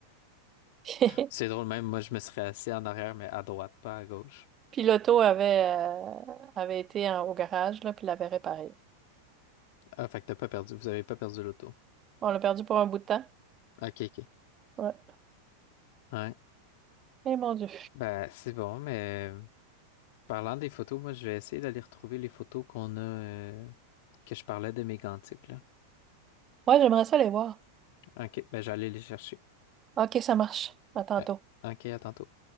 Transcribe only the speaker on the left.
C'est drôle, même moi, je me serais assis en arrière, mais à droite, pas à gauche.
Ah, fait que t'as pas perdu, vous avez pas perdu l'auto.
Ok, ok.
Ouais.
Ben, c'est bon, mais parlant des photos, moi, je vais essayer d'aller retrouver les photos qu'on a, euh, que je parlais de mes gantiques, là.
Ok, ben, j'allais les chercher.
Euh, ok, à tantôt.